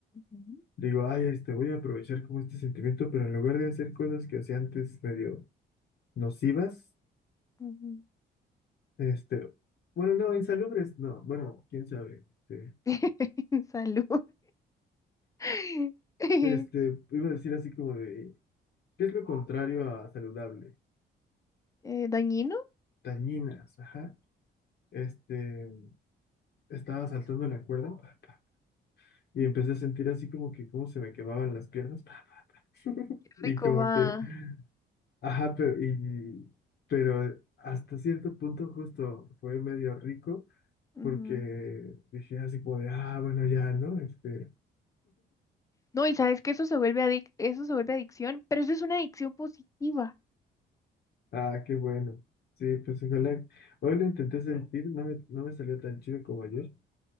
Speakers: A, on the left; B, on the left.
A: Ujú.
B: digo, ay, este, voy a aprovechar como este sentimiento, pero en lugar de hacer cosas que hacía antes medio nocivas,
A: Ujú.
B: este, bueno, no, insalubres, no, bueno, quién sabe, este,
A: <laughs> Salud. <laughs>
B: este, iba a decir así como de, ¿qué es lo contrario a saludable?
A: Eh, dañino.
B: Tañinas, ajá. Este, estaba saltando la cuerda pa, pa, <laughs> y
A: Ujú.
B: empecé a sentir así como que cómo se me quemaban las piernas pa, pa, y
A: Rico
B: como
A: va.
B: que, ajá, pero, y, pero hasta cierto punto justo fue medio rico
A: Ujú.
B: porque dije así como de, ah, bueno, ya, ¿no? Este,
A: No, y sabes que eso se vuelve adic- eso se vuelve adicción, pero eso es una adicción positiva.
B: ah, qué bueno. Sí, pues ojalá. Hoy lo intenté sentir, no me, no me salió tan chido como ayer,